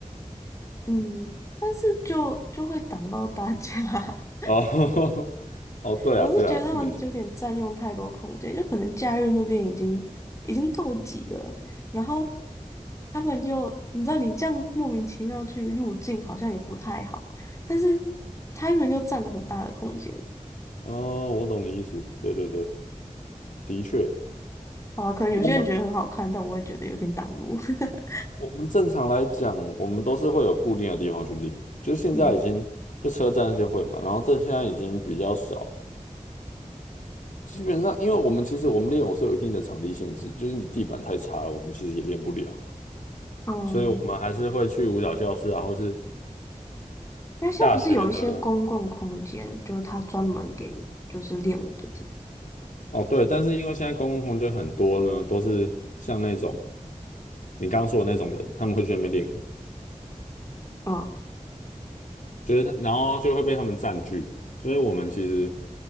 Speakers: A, on the left; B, on the left.
A: 嗯，但是就就会挡到大家，<laughs>
B: 哦，<laughs> 哦，对啊，
A: 我是觉得他们有点占用太多空间，
B: 对啊，是没错。
A: 就可能假日那边已经已经够挤了，然后他们又你知道你这样莫名其妙去入境好像也不太好，但是他们又占了很大的空间。
B: 哦，我懂你意思。对对对，的确，
A: 好啊，可能有些人觉得很好看，
B: 我们
A: 但我也觉得有点挡路。<laughs>
B: 我们正常来讲，我们都是会有固定的地方去练，就是现在已经就车站那些会嘛，
A: 嗯
B: 然后这现在已经比较少。基本上，因为我们其实我们练舞是有一定的场地限制，就是你地板太差了，我们其实也练不了，
A: 嗯，
B: 所以我们还是会去舞蹈教室啊，或是
A: 那现在不是有一些公共空间，
B: 大学的。
A: 就是他专门给就是练舞的地
B: 哦，对，但是因为现在公共空间很多呢，都是像那种你刚刚说的那种人，他们会去那边练舞。
A: 方。
B: 就是他，然后就会被他们占据。所以我们其实，